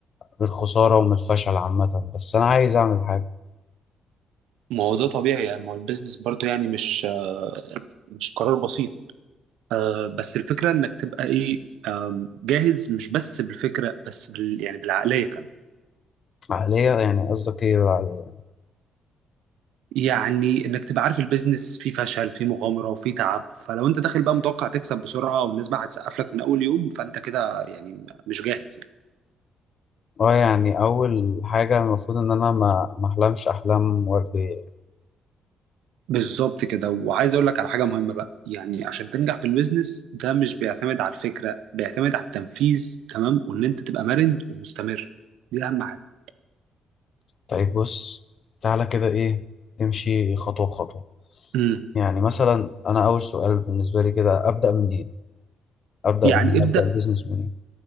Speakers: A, on the left; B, on the right.
A: من الخساره ومن الفشل عامه بس انا عايز اعمل حاجه
B: ما هو ده طبيعي يعني ما هو البيزنس برضه يعني مش آه، مش قرار بسيط آه، بس الفكرة انك تبقى ايه آم، جاهز مش بس بالفكرة بس بال يعني بالعقلية كمان
A: عقليه يعني قصدك ايه بالعقليه
B: يعني انك تبقى عارف البيزنس فيه فشل فيه مغامرة وفيه تعب فلو انت داخل بقى متوقع تكسب بسرعة والنسبة هتسقف لك من اول يوم فانت كده يعني مش جاهز يعني
A: اه يعني اول حاجه المفروض ان انا ما ما احلمش احلام ورديه
B: بالظبط كده وعايز اقول لك على حاجة مهمة بقى يعني عشان تنجح في البيزنس ده مش بيعتمد على الفكرة بيعتمد على التنفيذ تمام وان انت تبقى مرن ومستمر دي اهم حاجة
A: طيب بص تعالى كده ايه نمشي خطوه خطوه
B: مم.
A: يعني مثلا انا اول سؤال بالنسبه لي كده ابدا منين ابدا
B: يعني
A: من إيه؟
B: ابدأ
A: ابدا البيزنس منين